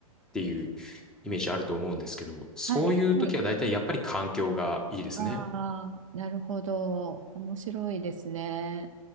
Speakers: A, in the centre; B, on the right (about 60°).
A: ていうイメージあると思うんですけど、そういう時は大体やっぱり環境がいいですね。
B: はい、はい。ああ、なるほど。面白いですね。